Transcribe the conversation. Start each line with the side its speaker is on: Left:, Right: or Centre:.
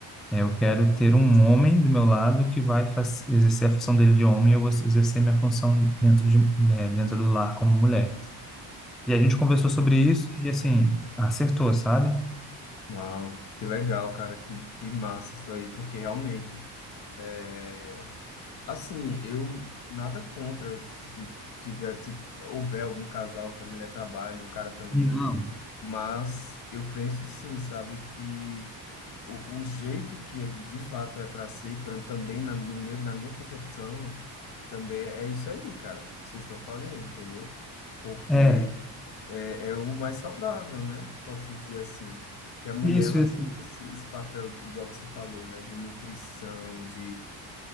Centre: É, eu quero ter um homem do meu lado que vai faz- exercer a função dele de homem e eu vou exercer minha função dentro de, é, dentro do lar como mulher. E a gente conversou sobre isso e, assim, acertou, sabe?
Left: Uau, que legal, cara, que, que massa isso aí, porque realmente, é, assim, eu nada contra se tiver, se houver algum casal que a mulher trabalhe, o cara também,
Centre: Não.
Left: mas eu penso sim, sabe, que o, o jeito que é- de fato é para ser, pra- também na, no meu, na minha concepção, também é é isso aí, cara, que vocês estão fazendo, entendeu? Porque
Centre: É,
Left: é, é o mais saudável, né? Pode-se dizer assim. Que a mulher,
Centre: isso,
Left: ela
Centre: isso,
Left: tem esse, esse papel, igual você falou, né? De nutrição, de,